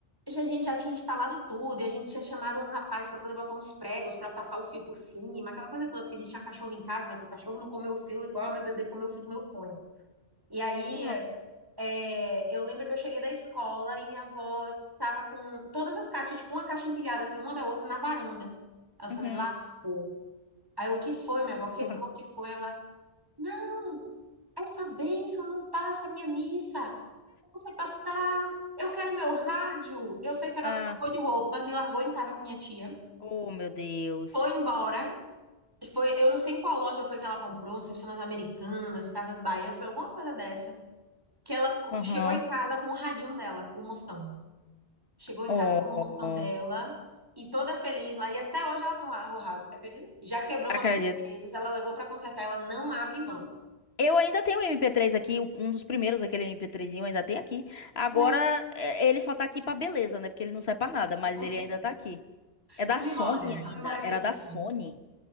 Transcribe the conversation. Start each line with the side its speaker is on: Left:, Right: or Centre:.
Right: já- a gente já tinha instalado tudo, e a gente tinha chamado um rapaz para poder botar uns pregos para passar o fio por cima, aquela coisa toda, porque a gente tinha cachorro em casa, né? Porque o cachorro não comeu o fio igual meu bebê comeu o fio do meu fone. E aí,
Left: Ah,
Right: é, eu lembro que eu cheguei da escola e minha avó tava com todas as caixas, tipo, uma caixa empilhada, assim, uma da outra na varanda. Aí eu
Left: uhum.
Right: falei, lascou. Aí eu, o que foi? Minha avó quebrou,
Left: Nossa.
Right: o que foi? Ela, não, essa bênção não passa a minha missa. Eu não sei passar. Eu quero meu rádio. Eu sei que ela
Left: Ah,
Right: trocou de roupa, me largou em casa com minha tia,
Left: oh, meu Deus.
Right: foi embora. Foi, eu não sei em qual loja foi que ela comprou, não sei se foi nas Americanas, Casas Bahia, foi alguma coisa dessa. Que ela
Left: Aham.
Right: chegou em casa com o radinho dela, o Mostão. Chegou em
Left: Oh,
Right: casa com a promoção dela e toda feliz lá. E até hoje ela tem um arrorrado, você acredita? Já quebrou
Left: acredito.
Right: umas duas vezes, ela levou pra consertar, ela não abre mão.
Left: Eu ainda tenho o MP3 aqui, o- um dos primeiros, aquele MP3zinho, ainda tem aqui. Agora,
Right: Sério,
Left: é, ele só tá aqui pra beleza, né? Porque ele não serve pra nada, mas
Right: inclusive.
Left: ele ainda tá aqui. É da
Right: a memória,
Left: Sony ainda,
Right: a memória afetiva.
Left: era da Sony.